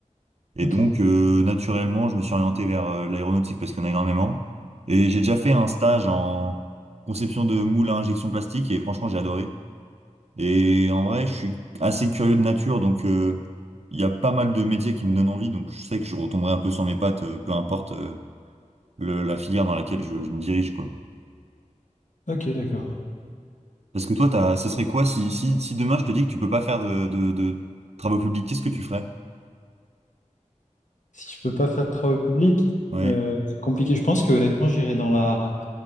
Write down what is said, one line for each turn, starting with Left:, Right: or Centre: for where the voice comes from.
Right: Et
Left: Ok.
Right: donc, euh, naturellement, je me suis orienté vers euh, l'aéronautique parce qu'il y en a énormément. Et j'ai déjà fait un stage en conception de moules à injection plastique et franchement, j'ai adoré. Et en vrai, je suis assez curieux de nature, donc euh, il y a pas mal de métiers qui me donnent envie, donc je sais que je retomberai un peu sur mes pattes, euh, peu importe euh, le- la filière dans laquelle je, je me dirige, quoi.
Left: Ok, d'accord.
Right: Parce que toi, t'as, ce serait quoi si, si, si demain je te dis que tu peux pas faire de, de, de travaux publics, qu'est-ce que tu ferais?
Left: Si je peux pas faire de travaux publics,
Right: Ouais,
Left: euh, c'est compliqué. Je pense que honnêtement, j'irai dans la,